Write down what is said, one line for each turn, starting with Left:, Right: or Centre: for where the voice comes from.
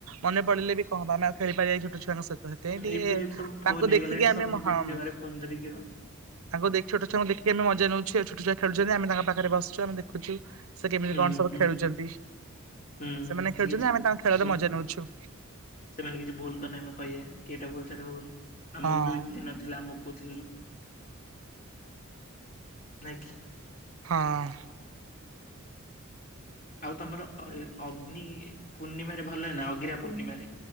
Right: ମନେ ପଡ଼ିଲେବି କଁହବ ଆମେ ଆଉ ଖେଳି ପାରିବାକି ଛୋଟ ଛୁଆଙ୍କ ସହିତ। ତ ଟିକେ
Left: ଏବେ ସବୁ ଫୋନ
Right: ତାଙ୍କୁ
Left: ହେଇଗଲାଣି
Right: ଦେଖିକି ଆମେ
Left: ସବୁ ନିଜ
Right: ହଁ
Left: ନିଜ ଘରେ ଫୋନ ଧରିକି ଆଉ
Right: ତାଙ୍କୁ ଦେଖି ଛୁଆଙ୍କୁଖିମେ ମଜା ନେଛଉ ଛୋଟଛୁଆ ଖେଳଛନ୍ତି ଆମ ତା ପାଖରେ ବସୁ ଆମେଦେଖୁଛୁ। ସେ କେମିତି
Left: ହୁଁ
Right: କଣ ସବୁ
Left: ହୁଁ
Right: ଖେଳୁଛନ୍ତି
Left: ହୁଁ
Right: ସେମାନେ
Left: ସେ
Right: ଖେଳୁଛନ୍ତି
Left: କିଛି
Right: ଆମେ ତାଙ୍କ ଖେଳରେ
Left: ଭୁଲ
Right: ମଜା ନେଉଛୁ।
Left: ସେମାନେ କିଛି ଭୁଲ କରିନେ ଆେ କହିବାେ କିଇଟା ଭଲ ସେଇଟା ଭୁଲ। ଆମକୁ
Right: ହଁ।
Left: ବି ଦିନ ଥିଲା ଆମକୁ କହୁଥିଲେ ଲୋକ ନାଇଁ କି।
Right: ହଁ।
Left: ଆଉ ତମର ଅଲ ଅଗ୍ନି ପୂର୍ଣ୍ଣିମାରେ ଭଲ ନା ଅଗିରା ପୂର୍ଣ୍ଣିମାରେ?